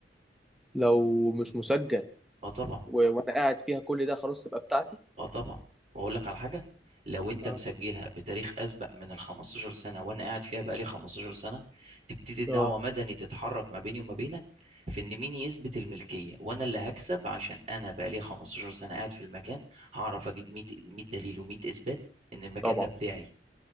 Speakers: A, in the centre; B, on the right.
A: لو مش
B: مم.
A: مسجل
B: أه طبعا
A: و... وانا قاعد فيها كل ده خلاص تبقى بتاعتي
B: أه طبعا وأقول لك على حاجة لو أنت
A: اه
B: مسجلها بتاريخ أسبق من ال 15 سنة وأنا قاعد فيها بقالي 15 سنة تبتدي الدعوة
A: اه
B: مدني تتحرك ما بيني وما بينك في إن مين يثبت الملكية وأنا اللي هكسب عشان أنا بقالي 15 سنة قاعد في المكان هعرف أجيب 100 100 دليل و100 إثبات إن المكان
A: طبعا
B: ده بتاعي